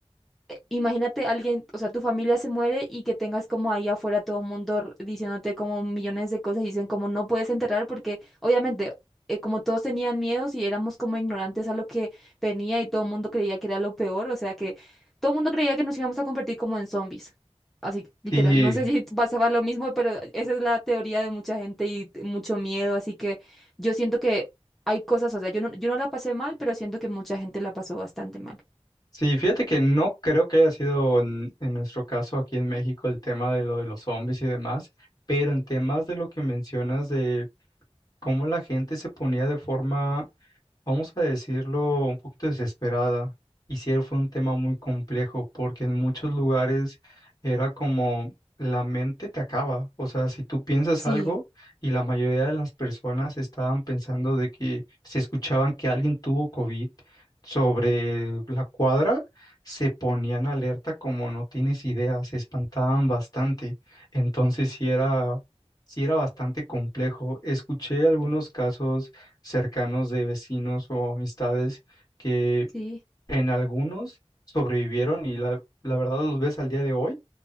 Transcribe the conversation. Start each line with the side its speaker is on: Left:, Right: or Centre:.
Centre: Imagínate alguien, o sea, tu familia se muere y que tengas como ahí afuera todo el mundo r- diciéndote como millones de cosas y dicen como no puedes enterrar porque obviamente eh, como todos tenían miedos y éramos como ignorantes a lo que venía y todo el mundo creía que era lo peor, o sea que todo el mundo creía que nos íbamos a convertir como en zombies. Así, literal.
Left: Sí,
Centre: No sé si <laughs> pasaba lo mismo, pero esa es la teoría de mucha gente y t- mucho miedo, así que yo siento que hay cosas, o sea, yo no, yo no la pasé mal, pero siento que mucha gente la pasó bastante mal.
Left: sí, fíjate que no creo que haya sido en, en nuestro caso aquí en México el tema de lo de los zombies y demás, pero en temas de lo que mencionas de cómo la gente se ponía de forma vamos a decirlo, un poquito desesperada. Y sí fue un tema muy complejo porque en muchos lugares era como la mente te acaba. O sea, si tú piensas
Centre: Sí,
Left: algo y la mayoría de las personas estaban pensando de que se escuchaban que alguien tuvo COVID sobre la cuadra, se ponían alerta como no tienes idea, se espantaban bastante. Entonces sí era, sí era bastante complejo. Escuché algunos casos cercanos de vecinos o amistades que
Centre: sí.
Left: en algunos sobrevivieron y la, la verdad los ves al día de hoy